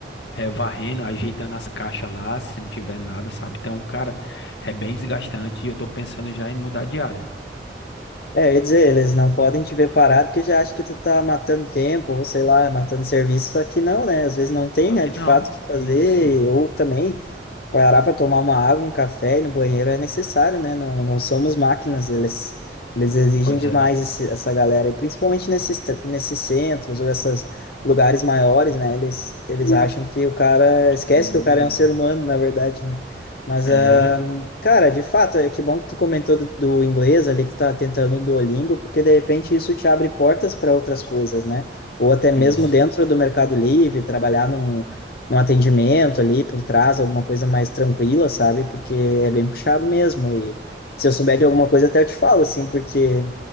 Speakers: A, on the left; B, on the left.
A: varrendo, ajeitando as caixas lá, se não tiver nada, sabe? Então, cara, é bem desgastante e eu tô pensando já em mudar de área.
B: É, eu ia dizer, eles não podem te ver parado porque já acham que tu tá matando tempo, ou sei lá, matando serviço, só que não, né? Às vezes não tem,
A: Só
B: né,
A: que
B: de
A: não,
B: fato, o que fazer,
A: isso.
B: ou também. Parar para tomar uma água, um café e ir no banheiro é necessário, né? Não, não somos máquinas, eles, eles exigem
A: Pois
B: demais
A: é.
B: esse- essa galera, e principalmente nesses, tr- nesses centros ou esses lugares maiores, né? Eles, eles É. acham que o cara, esquece
A: Sim.
B: que o cara é um ser humano, na verdade, né? Mas,
A: É,
B: ah, cara, de fato, é que bom que tu comentou do, do inglês ali, que tu tá tentando o Duolingo, porque de repente isso te abre portas para outras coisas, né? Ou até mesmo
A: isso.
B: dentro do Mercado Livre, trabalhar um atendimento ali por trás, alguma coisa mais tranquila, sabe? Porque é bem puxado mesmo. E se eu souber de alguma coisa, até eu te falo, assim, porque